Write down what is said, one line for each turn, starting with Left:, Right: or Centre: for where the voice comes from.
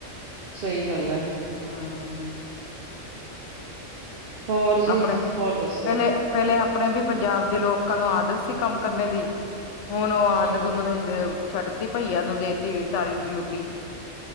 Right: ਸਈ ਗੱਲ ਆ।
Left: ਹੂੰ।
Right: ਹੋਰ ਜੀ
Left: ਆਪਣੇ,
Right: ਹੋਰ ਦੱਸੋ
Left: ਪਹਿਲੇ-ਪਹਿਲੇ ਆਪਣੇ ਵੀ ਪੰਜਾਬ ਦੇ ਲੋਕਾਂ ਨੂੰ ਆਦਤ ਸੀ ਕੰਮ ਕਰਨੇ ਦੀ ਹੁਣ ਓ ਆਦਤ
Right: ਹੂੰ ਹੂੰ
Left: ਉਨਾਂ ਨੇ ਛੱਡਤੀ, ਭਈਆ ਨੂੰ ਦੇਤੀ ਸਾਰੀ ਡਿਊਟੀ